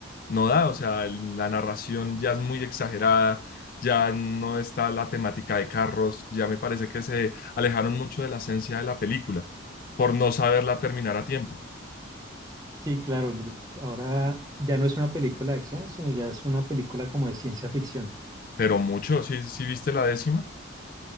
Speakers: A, on the left (about 45°); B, on the right (about 20°).
A: no da, o sea, el- la narración ya es muy exagerada, ya no está la temática de carros, ya me parece que se alejaron mucho de la esencia de la película por no saberla terminar a tiempo,
B: Sí, claro. lo- ahora ya no es una película de acción, sino ya es una película como de ciencia ficción.
A: pero mucho, si, si viste la décima,